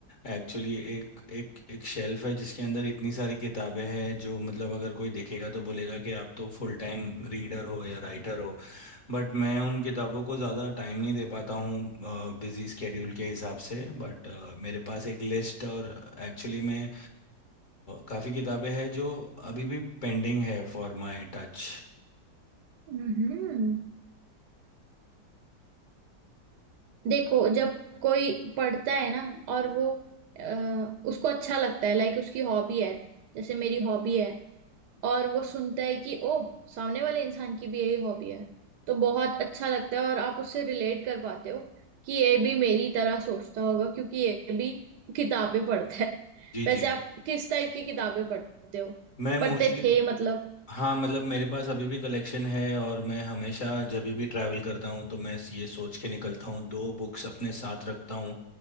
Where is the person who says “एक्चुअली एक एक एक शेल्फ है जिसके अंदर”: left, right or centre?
Left